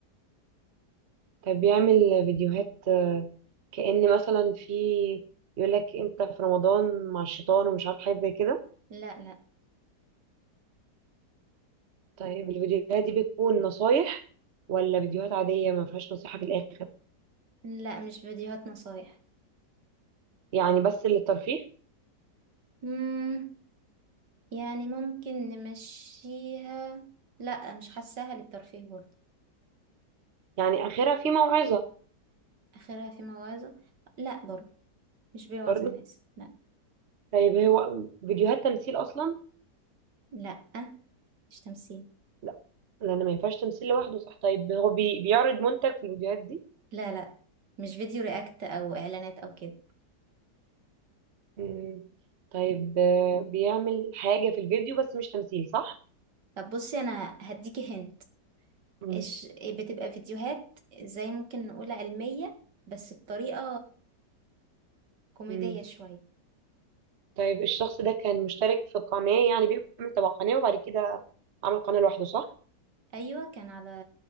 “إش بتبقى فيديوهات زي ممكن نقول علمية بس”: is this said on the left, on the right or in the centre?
Right